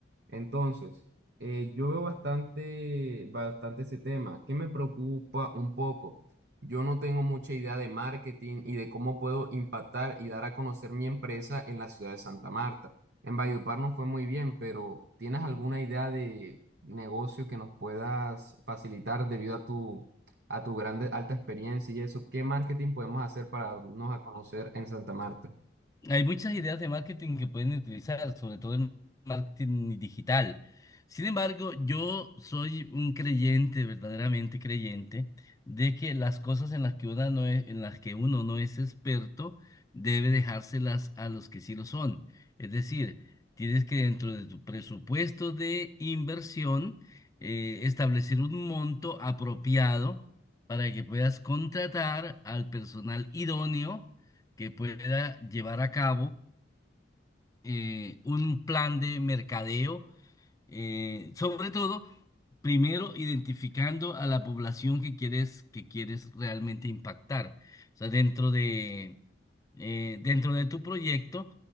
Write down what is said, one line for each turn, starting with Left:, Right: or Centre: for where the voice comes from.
Right: Entonces, eh, yo veo bastante, bastante ese tema. ¿Qué me preocupa un poco? Yo no tengo mucha idea de marketing y de cómo puedo impactar y dar a conocer mi empresa en la ciudad de Santa Marta. En Valledupar no fue muy bien, pero ¿tienes alguna idea de negocio que nos puedas facilitar debido a tu, a tu grande, alta experiencia y eso? ¿Qué marketing podemos hacer para darnos a conocer en Santa Marta?
Left: Hay muchas ideas de marketing que pueden utilizar, sobre todo en marketing digital. Sin embargo, yo soy un creyente, verdaderamente creyente, de que las cosas en las que uno no es, en las que uno no es experto, debe dejárselas a los que sí lo son. Es decir, tienes que dentro de tu presupuesto de inversión, eh, establecer un monto apropiado para que puedas contratar al personal idóneo que pueda llevar a cabo eh, un plan de mercadeo, eh, sobre todo primero identificando a la población que quieres, que quieres realmente impactar. O sea, dentro de, eh, dentro de tu proyecto,